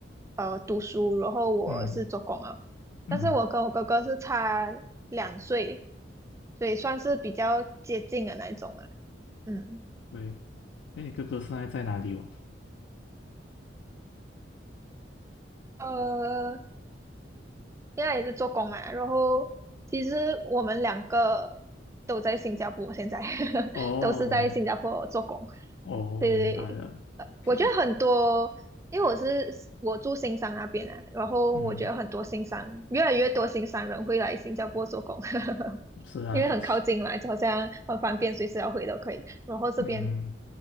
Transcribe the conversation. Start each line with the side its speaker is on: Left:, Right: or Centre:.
Right: 呃读书，然后我是做工啊，
Left: 嗯嗯，
Right: 但是我跟我哥哥是差两岁，所以算是比较接近的那一种啊。嗯，
Left: 对。那你哥哥现在在哪里哦？
Right: 呃，现在也是做工嘛，然后其实我们两个都在新加坡，现在 <laughs>
Left: 哦
Right: 都是在新加坡做工。
Left: 哦，
Right: 对对对，
Left: 明白了。
Right: 呃我觉得很多，
Left: OK OK，
Right: 因为我是我住新山那边啊，然后我觉得很多新山越来越多新山人会来新加坡做工，
Left: 嗯，
Right: <laughs>
Left: 是啊，
Right: 因为很靠近嘛，就好像很方便，随时要回都可以。然后这边
Left: 嗯